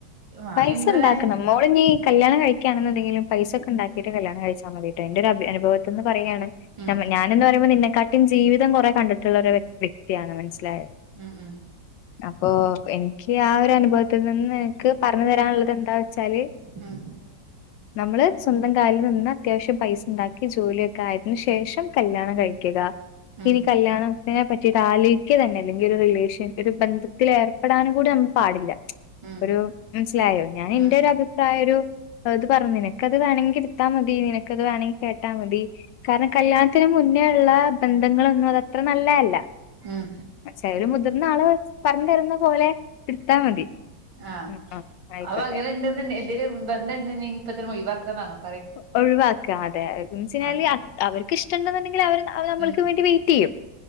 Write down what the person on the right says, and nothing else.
ആ
ഇന്റർനാഷ
ഉം
ഉംഉം
ഉം
ഉം
ഉം
ഉം
ഉം
ആഹ്
അവങ്ങനെ ഇണ്ട്ന്ന്ണ്ടെ ഇതില് ബന്ധം ണ്ട്ന്നങ്കി ഇപ്പതന്നെ ഒഴിവാ <unintelligible>
അതെ
ഉം